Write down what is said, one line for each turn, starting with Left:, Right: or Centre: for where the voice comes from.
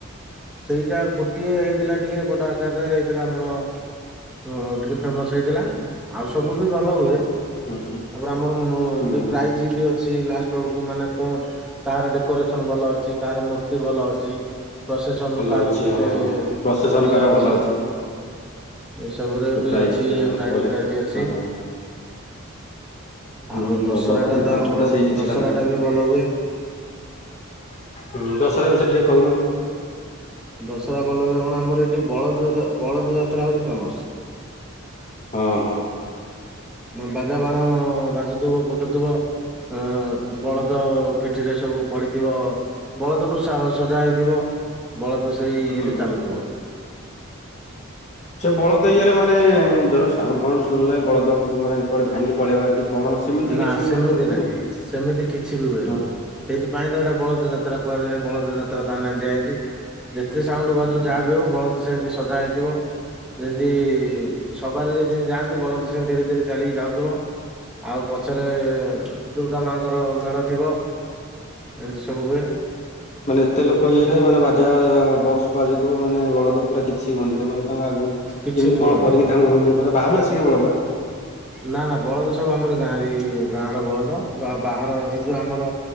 Centre: ସେଇଟା ଗୋଟିଏ ହେଇଥିଲା ଟିକେ ବଡ ଆକାରରେ ହେଇଥିଲା ଆମର। ହୁଁ ହଁ ଟିକେ ଫେମସ୍ ହେଇଥିଲା ଆଉ ସବୁ ବି ଭଲ ହୁଏ। ତାପରେ
Left: ହୁଁ
Centre: ଆମର ମୋ
Left: ହୁଁ
Centre: ବି
Left: ହୁଁ
Centre: ପ୍ରାଇଜି ବି ଅଛି ଲାଷ୍ଟ ବେଳକୁ ମାନେ କ କାହାର ଡେକୋରେସନ ଭଲ ଅଛି କାହାର ମୂର୍ତ୍ତି ଭଲ ଅଛି। ପ୍ରସେସନ୍
Left: ଭଲ
Centre: କାହାର
Left: ଅଛି
Centre: କେତେ
Left: ହଁ ପ୍ରସେସନ
Centre: ଇଏ
Left: କାର
Centre: ଅଛି।
Left: ଭଲ
Centre: ଏସବୁରେ ବି
Left: ପ୍ରାଇଜ
Centre: ଅଛି ଇଏ ପ୍ରାଇଜ
Left: ବଢିଆ
Centre: ଫ୍ରାଇଜ ଅଛି।
Left: ହଁ ହୁଁ
Centre: ଆଉ ଦଶହରାଟା
Left: ଭଲ ତାନେ
Centre: ତ ଆମର
Left: ସେଇ ଜିନିଷ
Centre: ଦଶହରାଟା
Left: ଟା ନାହିଁ
Centre: ବି ଭଲ ହୁଏ।
Left: ହୁଁ ଦଶହରା ବିଷୟରେ ଟିକେ କୋହୁନାହାନ୍ତି।
Centre: ଦଶହରା ଭଲ ହୁଏ କଣ ଆମର ଏଠି ବଳଦ ଯାତ ବଳଦ ଯାତ୍ରା ହୋଉଚି ଫେମସ।
Left: ହଁ ହଁ।
Centre: ବାଜା ବାଣ ବାଜୁଥୁବ ଫୁଟୁଥୁବ ହଁ ବଳଦ ପିଠିରେ ସବୁ ପଡିଥିବ। ବଳଦକୁ ସା ସଜା ହେଇଥିବ ବଳଦ ସେଇ
Left: ହୁଁ।
Centre: ଇଏରେ ଚାଲୁଥୁବ।
Left: ସେ ବଳଦ ଇଏରେ ମାନେ ଧର ସାଉଣ୍ଡ ଫାଉଣ୍ଡ ଶୁଣିଲେ ବଳଦ <unintelligible> ମାନେ କୁଆଡେ ଧାଇଁକି ପଳେଇବା କି କଣ ସେମିତି
Centre: ନା
Left: କିଛି
Centre: ସେମିତି
Left: ଉ ହୁଏନି?
Centre: ନାହିଁ ସେମିତି କିଛି ବି ହୁଏନି।
Left: ହଁ
Centre: ସେଇଥିପାଇଁ ତ ଏଟା ବଳଦ ଯାତ୍ରା କୁହାଯାଏ ବଳଦ ଯାତ୍ରା ତା ନାଁ ଦିଆହେଇଚି। ଯେତେ ସାଉଣ୍ଡ ବାଜୁ
Left: ହୁଁ।
Centre: ଯାହା ବି ହୋଉ ବଳଦ ସେମତି ସଜା ହେଇଥିବ। ଯେମତି ଇ ସବାରିରେ ଯେମତି ଯାଆନ୍ତି ବଳଦ ସେମ୍ ଧୀରେ ଧୀରେ ଚାଲିକି ଯାଉଥୁବ। ଆଉ ପଛରେ ଏ ଦୁର୍ଗା ମାଆଙ୍କର ମେଢ ଥିବ ଏମତି ସବୁ ହୁଏ।
Left: ମାନେ ଏତେ ଲୋକ ଇଏରେ ମାନେ ବାଜା ଯାହା ବକ୍ସ ବାଜୁଥୁବ ମାନେ ବଳଦ ପୁରା କିଛି ହୁଅନ୍ତିନି ମାନେ ତାଙ୍କ ଆଗୁକୁ କେମତି
Centre: କିଛି ବି
Left: କଣ
Centre: ହୁଅନ୍ତିନି।
Left: କରିକି ତାଙ୍କୁ ଇଏ କର ବାହାରୁ ଆସିବେ ବଳଦ।
Centre: ନା ନା ବଳଦ ସବୁ ଆମରି ଗାଁରେ ଏ ଗାଁର ବଳଦ ଆ ବାହାର ଏଇ ଯୋଉ ଆମର